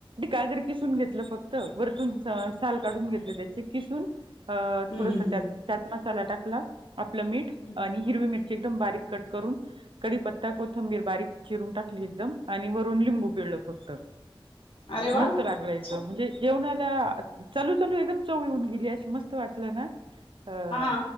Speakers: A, on the right; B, on the left.
A: गाजर किसून घेतलं फक्त वरतून साल काढून घेतलं त्याचे किसून - अ
B: हम्म
A: थोडसं
B: हम्म हम्म
A: त्यात चाट मसाला टाकला आपलं मीठ
B: हम्म
A: आणि हिरवी मिरची. एकदम बारीक कट करून. कडीपत्ता कोथंबीर बारीक चिरून टाकली एकदम आणि वरून लिंबू पिळलं फक्त.
B: अरे वा
A: मस्त
B: अच्छा
A: लागले एकदम म्हणजे - जेवणाला चालू- चालू एकदम चववी होऊन गेली अशी मस्त वाटलं ना अ.
B: हा